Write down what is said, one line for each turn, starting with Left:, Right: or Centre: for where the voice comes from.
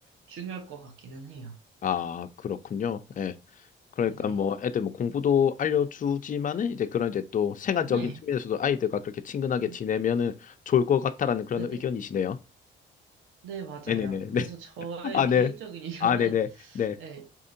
Right: 중요할 것 같기는 해요.
Left: 아, 그렇군요. 예. 그러니까
Right: 네.
Left: 뭐 애들 뭐 공부도 알려주지만은 이제 그런 이제 또 생활적인
Right: 네.
Left: 측면에서도 아이들과 그렇게 친근하게
Right: 음,
Left: 지내면은 좋을 것 같다라는 그런
Right: 네네.
Left: 의견이시네요.
Right: 네, 맞아요.
Left: 네네네.
Right: 그래서 저의
Left: 아,
Right: 개인적인
Left: 네.
Right: <laughs> 이견은
Left: 아, 네 네. 네. 네. 네.
Right: 네,